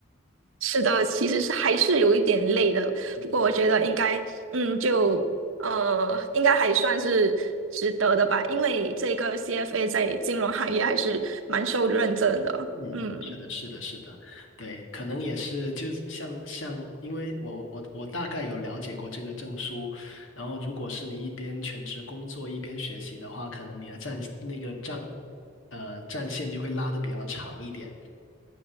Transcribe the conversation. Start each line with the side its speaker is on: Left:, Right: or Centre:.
Right: 是的，其实是还是有一点累的，
Left: 嗯
Right: 不过我觉得应该嗯就呃应该还算是。值得的吧，因为这个 CFA 在金融行业还是蛮受认证的。
Left: 嗯，
Right: 嗯，
Left: 是的，是的，是的，对，可能也是，就像像，因为我我我大概有了解过这个证书，然后如果是你一边全职工作一边学习的话，可能你的战那个战呃战线就会拉的比较长一点。